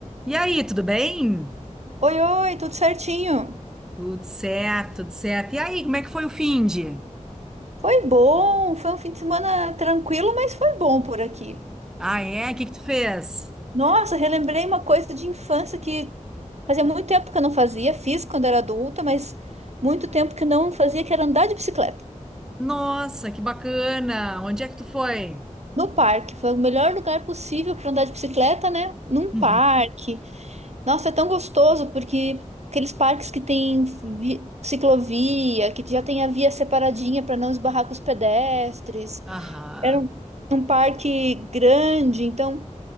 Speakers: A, in the centre; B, on the right.
A: E aí, tudo bem?
B: Oi, oi, tudo certinho?
A: Tudo certo, tudo certo. E aí, como é que foi o finde?
B: Foi bom, foi um fim de semana tranquilo, mas foi bom por aqui.
A: Ah, é? O que que tu fez?
B: Nossa, relembrei uma coisa de infância que fazia muito tempo que eu não fazia, fiz quando era adulta, mas muito tempo que eu não fazia, que era andar de bicicleta.
A: Nossa, que bacana! Onde é que tu foi? <laughs>
B: No parque, foi o melhor lugar possível para andar de bicicleta, né? Num
A: Uhum.
B: parque. Nossa, é tão gostoso porque aqueles parques que tem vi- ciclovia, que já tem a via separadinha para não esbarrar com os pedestres.
A: Aham.
B: Era um, um parque grande, então